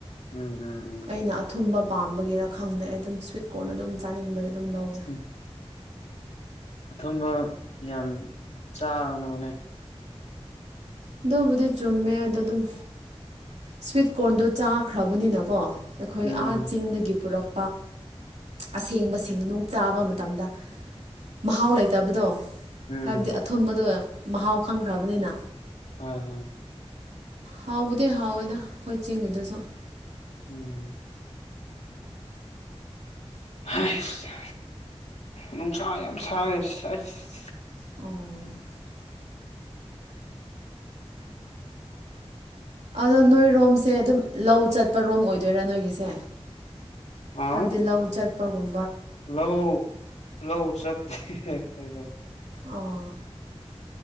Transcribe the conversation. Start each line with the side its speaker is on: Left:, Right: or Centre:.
Left: ꯎꯝ ꯎꯝ ꯎꯝ
Right: ꯑꯩꯅ ꯑꯊꯨꯝꯕ ꯄꯥꯝꯕꯒꯤꯔ ꯈꯪꯗꯦ ꯑꯗꯨꯝ ꯁ꯭ꯋꯤꯠ ꯀꯣꯔꯅ ꯑꯗꯨꯝ ꯆꯥꯅꯤꯡꯕꯗ ꯑꯗꯨꯝ ꯂꯧꯋꯦ
Left: ꯁꯝ ꯑꯊꯨꯝꯕ ꯌꯥꯝ ꯆꯥꯒꯅꯨꯅꯦ
Right: ꯑꯗꯨꯕꯨꯗꯤ ꯆꯨꯝꯃꯦ ꯑꯗꯣ ꯑꯗꯨꯝ ꯁ꯭ꯋꯤꯠ ꯀꯣꯔꯟꯗꯣ ꯆꯥꯈ꯭ꯔꯕꯅꯤꯅꯀꯣ ꯑꯩꯈꯣꯏ
Left: ꯎꯝ
Right: ꯑꯥ ꯆꯤꯡꯗꯒꯤ ꯄꯨꯔꯛ
Left: <unintelligible>
Right: ꯑꯁꯦꯡꯕ ꯁꯤꯡ ꯅꯨꯡ ꯆꯥꯕ ꯃꯇꯝꯗ ꯃꯍꯥꯎ ꯂꯩꯇꯕꯗꯣ
Left: ꯎꯝ
Right: ꯍꯥꯏꯕꯗꯤ ꯑꯊꯨꯝꯕꯗꯣ ꯃꯍꯥꯎ ꯈꯪꯈ꯭ꯔꯕꯅꯤꯅ
Left: ꯑ ꯍꯝ
Right: ꯍꯥꯎꯕꯗꯤ ꯍꯥꯎꯋꯦꯗ ꯑꯩꯈꯣꯏ ꯆꯤꯡꯒꯤꯗꯁꯨ
Left: ꯎꯝ ꯑꯁ ꯅꯨꯡꯁꯥ ꯌꯥꯝ ꯁꯥꯥꯏ ꯑꯁ
Right: ꯑꯣ ꯑꯗꯣ ꯅꯣꯏꯔꯣꯝꯁꯦ ꯑꯗꯨꯝ ꯂꯧ ꯆꯠꯄꯔꯣꯝ ꯑꯣꯏꯗꯣꯏꯔꯥ ꯅꯣꯏꯒꯤꯁꯦ
Left: ꯑ
Right: ꯍꯥꯏꯕꯗꯤ ꯂꯧ ꯆꯠꯄꯒꯨꯝ
Left: ꯂꯧ ꯂꯧ ꯆꯊ <unintelligible>
Right: ꯑꯣ